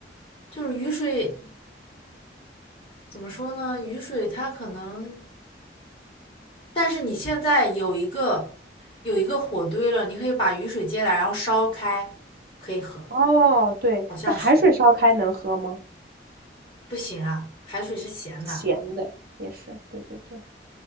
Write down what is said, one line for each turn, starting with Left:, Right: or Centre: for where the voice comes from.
Left: 就是雨水。怎么说呢？雨水它可能但是你现在有一个有一个火堆了，你可以把雨水接来，然后烧开，可以喝。
Right: 哦，对，
Left: 好像是
Right: 那海水烧开能喝吗？
Left: 不行啊，海水是咸的，
Right: 咸的也是，对对对，